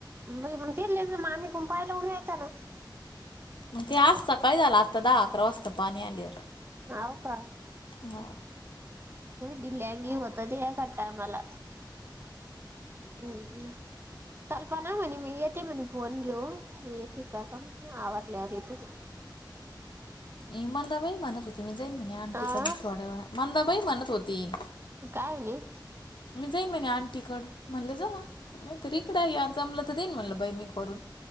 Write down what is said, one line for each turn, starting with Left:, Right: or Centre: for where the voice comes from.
Right: नाई मग तिथलेच माणिक पाय लाऊन यायचा ना.
Left: मग ते आज सकाळी झालं आत्ता दहा अकरा वाजता पाणी आल्यावर
Right: ह्याव का?
Left: हा.
Right: ढीलल्या वाणी होतं ते या करताय मला हम्म कल्पना म्हणे मी येते म्हणे फोन घेऊन येते का का आवरल्यावर येते ती
Left: ही मंदाबाई म्हणत होती मी जाईन म्हणे आंटी
Right: अ
Left: पण थोड्या वे मंदाबाई म्हणत होती.
Right: काय आणि
Left: मी जाईन म्हणे आंटीकडं म्हणलं जा नाही तर इकडं या जमलं तर देईन म्हटलं बाई मी करून